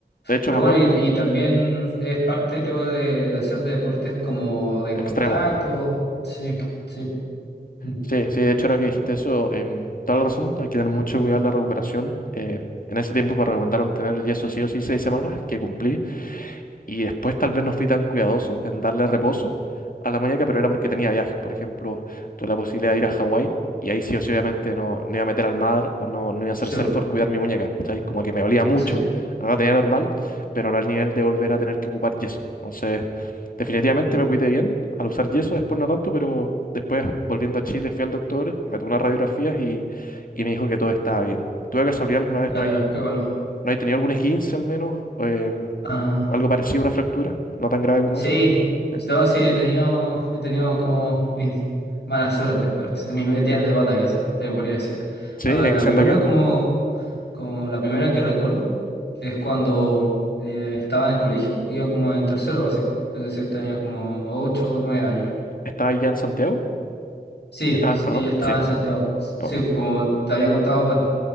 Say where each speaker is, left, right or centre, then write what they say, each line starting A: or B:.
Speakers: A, on the left (about 55°); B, on the left (about 80°).
A: De hecho,
B: Pero
A: me
B: bueno,
A: acuerdo
B: y,
A: que
B: y también es parte, creo, de, de hacer deportes como de
A: extremo.
B: contacto. Sí, sí, mm,
A: Sí, sí, de hecho ahora que dijiste eso, em, toda la razón, hay que tener mucho cuidado en la recuperación. eh, en ese tiempo me recomendaron tener el yeso sí o sí seis semanas, que cumplí. Y después tal vez no fui tan cuidadoso en darle reposo a la muñeca, pero era porque tenía viajes. Por ejemplo, tuve la posibilidad de ir a Hawái y ahí sí o sí obviamente no, no iba a meter al mar o no, no iba a hacer
B: sí,
A: surf por cuidar mi muñeca, ¿cachai? Como que me olía mucho,
B: sí,
A: no la tenía normal, pero no al nivel de volver a tener que ocupar yeso. Entonces, definitivamente me cuidé bien al usar yeso, después no tanto, pero después volviendo a Chile fui al doctor, me tomó unas radiografías y, y me dijo que todo estaba bien. ¿Tú de casualidad alguna vez
B: ya
A: no
B: veo,
A: hay,
B: qué bueno.
A: ¿No hay tenido algún esguince al menos? em,
B: Ah,
A: o algo parecido a una fractura? ¿No tan grave como
B: sí,
A: eso? ¿Sí?
B: no, sí, he tenido, he tenido como mis mala suerte, parece, <laughs> mis metidas de pata, quizás, se podría decir.
A: ¿Sí?
B: Ah,
A: ¿Y haciendo
B: la primera,
A: qué?
B: como, como la primera que recuerdo, es cuando eh, estaba en el colegio, iba como en tercero básico, es decir, tenía como 8 o 9 años.
A: ¿Estabas ya en Santiago?
B: Sí,
A: ¿Estabas,
B: sí,
A: perdón?
B: ya estaba
A: Sí,
B: en Santiago. Sí,
A: qué bueno.
B: como te había contado, bueno,